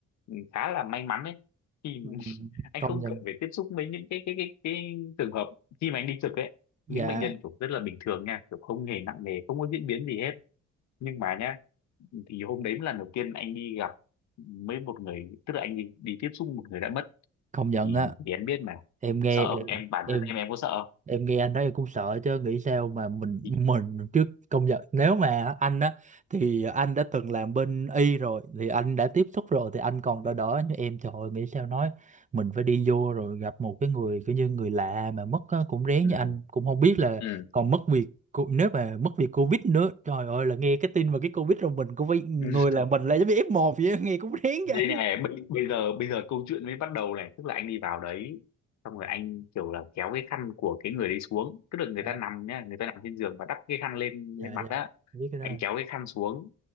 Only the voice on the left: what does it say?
ừ, khá là may mắn ấy thì
<laughs> anh
không
cần phải tiếp xúc với những cái cái cái cái trường hợp khi mà anh đi trực ấy
những bệnh nhân kiểu rất là bình thường nha kiểu không hề nặng nề không có diễn biến gì hết nhưng mà nhá thì hôm đấy là lần đầu tiên anh đi gặp với một người tức là anh đi, đi tiếp xúc một người đã mất
thì,
thì em biết mà
sợ
không em bản
thân em em có sợ không
Thì-
ừ,
ừ.
<laughs>
đây
này bây, bây giờ bây giờ câu chuyện mới bắt đầu này tức là anh đi vào đấy xong rồi anh kiểu là kéo cái khăn của cái người đấy xuống tức là người
ta nằm nhá người ta nằm trên giường và đắp cái khăn lên
lên mặt
đó
anh kéo cái khăn xuống